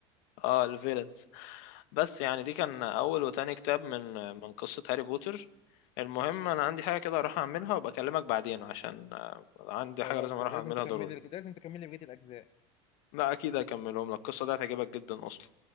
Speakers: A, on the left; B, on the left.
A: اه الفيلنز بس يعني دي كان اول وتاني كتاب من من قصة هاري بوتر المهم انا عندي حاجة كده اروح اعملها وبكلمك بعدين عشان آه، عندي
B: خلاص
A: حاجة لازم اروح
B: لازم
A: اعملها
B: تكملي
A: ضروري
B: لازم تكملي بقية الأجزاء
A: لا اكيد هكملهم لك القصة دي هتعجبك جدا اصلا